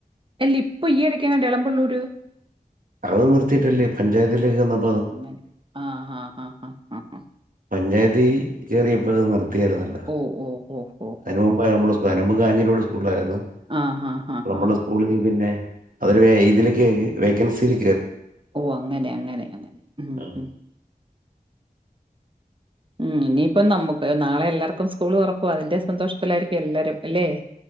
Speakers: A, on the right; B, on the right.
A: അല്ലി ഇപ്പൊ ഈ ഇടക്കങ്ങാണ്ട് എളമ്പള്ളൂര്
B: അത് നിർത്തിയിട്ടല്ലേ പഞ്ചായത്തിലേക്കെന്നും
A: ഓ അങ്ങനെ. ആഹ് ആഹ് ആഹ് ഹഹ് ആഹ്
B: പഞ്ചായത്തീ കേറിയപ്പഴത് നിർ ത്തിയാരുന്നല്ല.
A: ഓ ഓ ഓ ഓ
B: അതിനുമുമ്പാ
A: ഓ
B: ഞമ്മള് അതിനുമുമ്പ് കാഞ്ഞരോട് സ്കൂൾലായിരുന്ന്.
A: ആ ഹാ ഹാ
B: ഇപ്പ
A: ഹാ
B: നമ്മളെ സ്ക്കൂളീ പിന്നെ <unintelligible> ഏ ഇതില്ക്ക് വേക്കൻസിലേ
A: ഓ അങ്ങനെ അങ്ങനെ അങ്ങനെ ഉം
B: ആ,
A: ഹും ഉം ഇനിയിപ്പം നമ്മുക്ക് നാളെ എല്ലാർക്കും സ്കൂൾ തുറക്കുവാ അതിന്റെ സന്തോഷത്തിലായിരിക്കും എല്ലാരും അല്ലെ